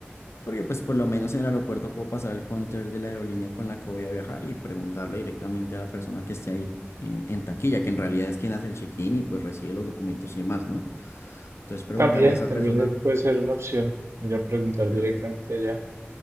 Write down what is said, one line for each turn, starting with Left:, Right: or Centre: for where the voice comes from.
Left: Porque pues por lo menos en el aeropuerto puedo pasar al counter de la aerolínea con la que voy a viajar y preguntarle directamente a la persona que esté ahí en, en taquilla, que en realidad es quien hace el check-in y pues recibe los documentos y demás, ¿no? Entonces preguntarle
Right: También,
Left: a esa
Right: también
Left: persona,
Right: es- puede ser una opción ir a preguntar
Left: pero
Right: directamente allá